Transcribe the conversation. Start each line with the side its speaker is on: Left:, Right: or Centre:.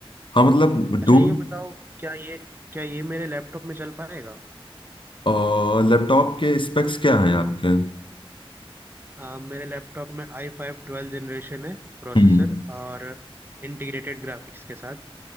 Left: हाँ मतलब
Right: अच्छा
Left: डूम
Right: ये बताओ क्या ये क्या ये मेरे लैपटॉप में चल पाएगा
Left: और लैपटॉप के स्पेक्स क्या हैं आपके
Right: आ, मेरे लैपटॉप में आई फाइव ट्वेल्व जनरेशन है प्रोसेसर
Left: हम्म
Right: और इंटीग्रेटेड ग्राफिक्स के साथ